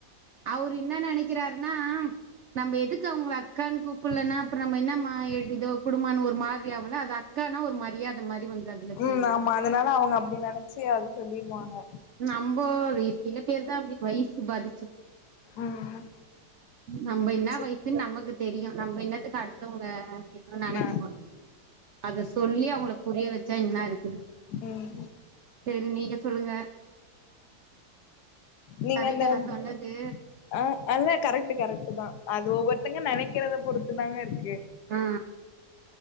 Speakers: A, on the right; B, on the left.
A: அவரு ன்ன நெனைக்கிறாருன்னா நம்ம எதுக்கு அவுங்கள அக்கான்னு கூப்பிலன்னா அப்புறம் நம்ம என்ன எதோ குடும்பமான்னு ஒரு மாதிரி ஆவுலா அது அக் கான ஒரு மாரி மரியாத வந்து அதுல
B: உம்
A: சேந்துது
B: ஆமா அதனால அவங்க அப்டி நினைச்சு அது சொல்லிருவாங்க
A: நம்போ வி சில பேருதான் அப்டி வயசு பாதி
B: ம்
A: நம்ப ன்னா
B: சரி
A: வயசுன்னு நமக்கு தெரியும் நம்ம என்னத்துக்கு அடுத்தவாங்கள எதுவும் நெனைக்க
B: ஆ
A: போறோம் அதஸ் சொல்லி அவ்ங்கள புரிய வச்சா ன்னாயிருக்குது
B: ம்
A: சரி நீங்க சொல்லுங்க
B: நீங்க
A: கரெக்டா
B: இந்த
A: நா
B: ம்
A: சொன்னது
B: அ அல்ல கரெக்ட்டு கரெக்ட்டுதா அது ஒவ்வொருத்தங்க நெனைக்கிறத பொறுத்து தாங்க இருக்கு
A: அ ஆ